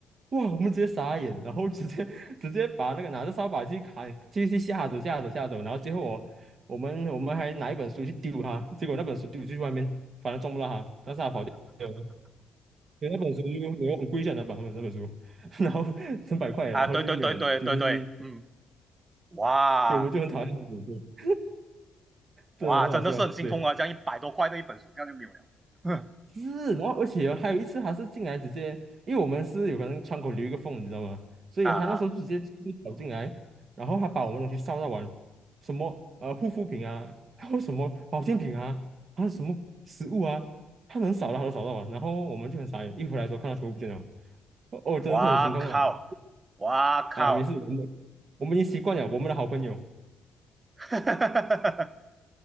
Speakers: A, on the right; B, on the right.
A: 哇，我们直接傻眼，然后直接 <laughs> 直接把那个拿着扫把去砍，去去吓走吓走吓走，然后最后我我们我们还拿一本书去丢他，结果那本书丢出去外面，反正撞不到他，但是他跑掉了，所以那本书就没有很贵价那本那本书，<laughs> 然后成百块，
B: 啊，
A: 然后就没有丢进去，
B: 对对对对对对，嗯，哇
A: 所以我们就很讨厌那本书，
B: 哇，
A: 真的很好笑，
B: 真的是很心痛啊！
A: 对。
B: 这样一百多块的一本书，这样就没有了，<laughs> 哼
A: 是，然后而且哦还有一次，他是进来直接，因为我们是有可能窗口留一个缝，你知道吗？所以他那时候就直接就是跑进来，
B: 啊啊。
A: 然后他把我们东西烧到完，什么呃护肤品啊，还有什么保健品啊，还有什么食物啊，他能扫的他都扫到完，然后我们就很傻眼，一回来的时候看到全部不见了，哦，哦真的是很心痛啊！
B: 哇靠，哇靠，
A: 啊，没事，我们我们已经习惯了，我们的好朋友，
B: <laughs>